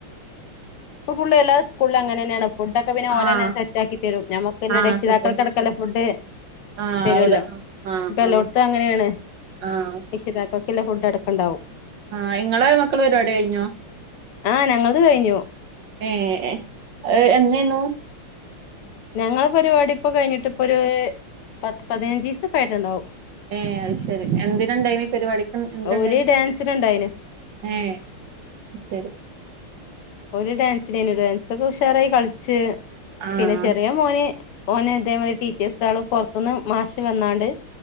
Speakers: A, on the left; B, on the right.
A: ഉം ഫുള്ള എല്ല സ്കൂളിൽ അങ്ങനെ തന്നെയാണ് ഫുഡ് ഒക്കെ പിന്നെ ഓലെന്നെ
B: ആഹ്
A: സെറ്റ് ആക്കി തരും നമുക്ക്ല്ല
B: ആഹ്
A: രക്ഷിതാക്കൾക്ക്ടക്കല്ല
B: സെറ്റാക്കി
A: ഫുഡ്
B: ആഹ്
A: തരുവല്ലോ
B: അവിടെ ആഹ്
A: ഇപ്പ
B: ആഹ്
A: എല്ലോടത്തും അങ്ങനെയാണ്
B: ആഹ്
A: രക്ഷിതാക്കൾ ഇല്ല ഫുഡ് എടുക്കുണ്ടാവും
B: ആഹ് ഇങ്ങളെ മക്കൾ പരിപാടി കയിഞ്ഞോ
A: ആ നങ്ങളത് കയി ഞ്ഞു
B: ഏഹ് അത് എന്നേന്നു?
A: ഞങ്ങൾ പരിപാടി ഇപ്പോ കഴിഞ്ഞിട്ടിപ്പൊ ഒരു പത്ത് പതിനഞ്ചിസം ആയിട്ടുണ്ടാവും
B: ഏ അത് ശരി എന്തിനുണ്ടായിനി പരിപാടിക്കും എന്തിനുണ്ടായിന്
A: ഓര് ഡാൻസിനുണ്ടായിനു
B: ഏ ശരി
A: ഒരു ഡാൻസിന് ഡാൻസ് ഓ റായി കളിച്ച്
B: ആഹ്
A: പിന്നെ ചെറിയ മോന് ഓന് അതേമാതിരി ടീച്ചേർസ് ആണിപ്പോ ഒന്ന് മാഷ് വന്നാണ്ട്